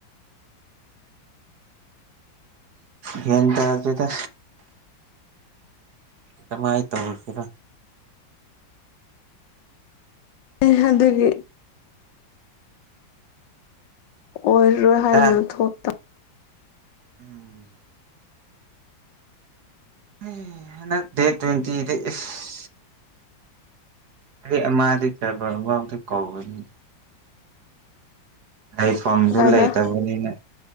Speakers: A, on the right; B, on the left.
A: ꯒ꯭ꯌꯥꯟ ꯇꯗ꯭ꯦꯗ꯫ ꯀꯃꯥꯏ ꯇꯧꯔꯁꯤꯔꯥ꯫
B: ꯑꯦ ꯑꯗꯨꯒꯤ꯫ ꯑꯣꯏꯔꯣꯏ ꯍꯥꯏꯅ
A: ꯆꯥꯛ
B: ꯊꯣꯛ
A: ꯎꯝ꯫ ꯎꯝ ꯍꯟꯗꯛ ꯗꯦꯠ ꯇ꯭ꯋꯦꯟꯇꯤꯗ ꯏꯁ ꯑꯩ ꯑꯃꯗꯤ ꯁꯥꯏꯕꯔ ꯕꯥꯎꯗ ꯀꯧꯕꯅꯤ꯫ ꯂꯩꯐꯝꯗꯨ
B: ꯑꯗꯨꯋꯥꯏꯗ
A: ꯂꯩꯇꯕꯅꯤꯅ